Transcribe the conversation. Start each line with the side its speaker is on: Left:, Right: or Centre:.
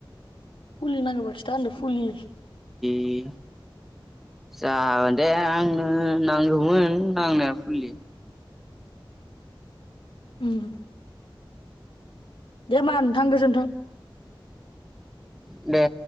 Left: फुलि नांगोबा खिथा होनदों फुलि
Centre: लि जागोनदे आंनो नांगौमोन नांनाया फुलि
Left: ओम दे होमबा नोंथां गोजोनथों
Centre: दे